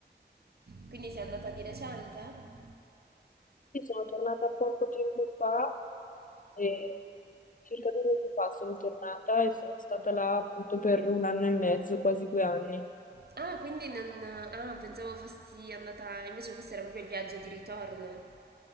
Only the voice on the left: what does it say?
Sì, sono tornata poco tempo fa, e circa due mesi fa sono tornata e sono stata là appunto per un anno e mezzo, quasi due anni.